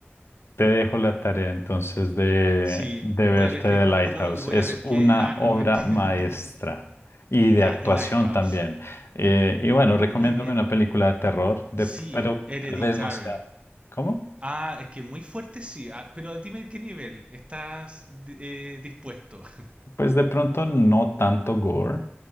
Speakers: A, on the left; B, on the right.
A: Te dejo la tarea entonces de,
B: Sí,
A: de verte
B: voy a ver Crepúsculo
A: The Lighthouse.
B: y voy
A: Es
B: a ver
A: una
B: qué... Ah, no,
A: obra
B: no mentira.
A: maestra
B: <laughs>
A: y de
B: ya,
A: actuación
B: The Lighthouse.
A: también. Eh, y bueno, recomiéndame
B: Muy bien.
A: una película de terror, de,
B: Sí,
A: pero
B: Hereditary.
A: tal vez no sea... ¿Cómo?
B: Ah, es que muy fuerte sí. Ah, pero dime qué nivel estás eh, dispuesto. <laughs>
A: Pues de pronto no tanto gore,